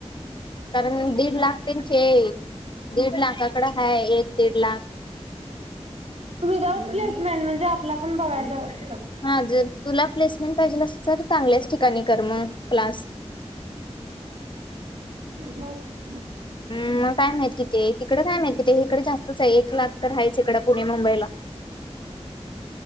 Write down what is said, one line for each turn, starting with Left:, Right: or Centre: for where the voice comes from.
Left: कारण दीड लाख त्यांचे दीड लाखाकड एक दीड लाख
Right: वि दाउट प्लेसमेंट म्हणजे आपला पण बघायचं
Left: हा जर तुला प्लेसमेंट पाहिजेल तर चांगल्याच ठिकाणी कर मग क्लास
Right: हो <unintelligible>
Left: मग काय माहीत, किती ये तिकडं काय माहित, इकडे काय माहीत इकडं जास्तच आहे एक लाख तर हायच इकडं पुणे मु मुंबईला.